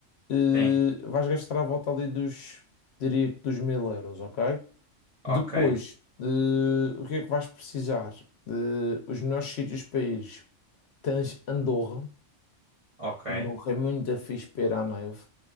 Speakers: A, on the left (about 65°); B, on the right (about 40°).
A: eh,
B: Sim.
A: vais gastar à volta ali dos, diria que dos mil euros, ok?
B: Ok.
A: Depois, eh, o que é que vais precisar? De, os melhores sítios para ir. Tens Andorra.
B: Ok.
A: Andorra é muito fixe para ir à neve.